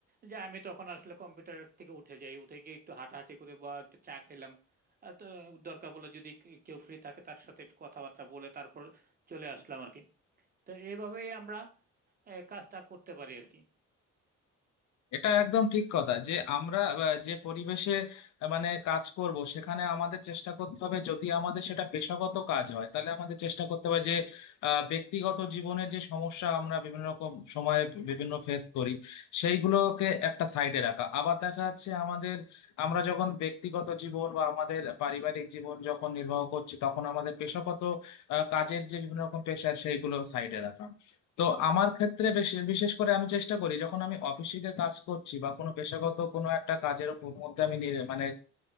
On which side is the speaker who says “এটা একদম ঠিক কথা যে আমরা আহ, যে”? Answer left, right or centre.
Left